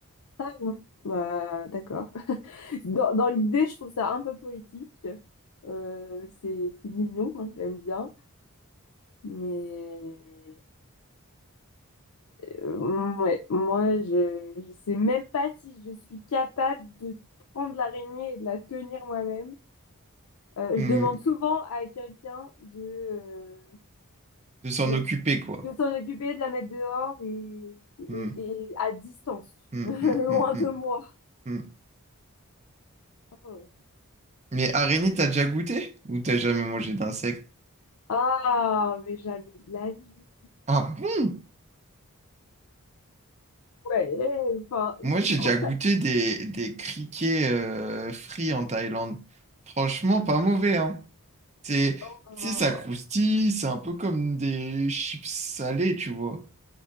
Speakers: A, on the left; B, on the right.
A: ah, bah, d'accord. Dans, dans l'idée, je trouve ça un peu poétique. Euh, c'est c'est mignon, hein, j'aime bien. Mais euh, ouais, moi, je, je sais même pas si je suis capable de prendre l'araignée et de la tenir moi-même. Euh,
B: Mmh.
A: je demande souvent à quelqu'un de, euh,
B: de s'en
A: euh,
B: occuper, quoi.
A: de s'en occuper, de la mettre dehors et, et,
B: Hmm,
A: et à distance,
B: hmm,
A: <laughs> loin
B: hmm, hmm, hmm,
A: de moi.
B: hmm.
A: Oh.
B: Mais araignée, t'as déjà goûté? Ou t'as jamais mangé d'insectes?
A: Ah, mais jamais de la vie.
B: Ah bon?
A: Ouais, euh, enfin,
B: Moi,
A: j-
B: j'ai déjà
A: en
B: goûté
A: fait,
B: des, des criquets euh, frits en Thaïlande. Franchement, pas mauvais, hein. C'est,
A: euh,
B: tu sais, ça croustille, c'est un peu comme des chips salées, tu vois.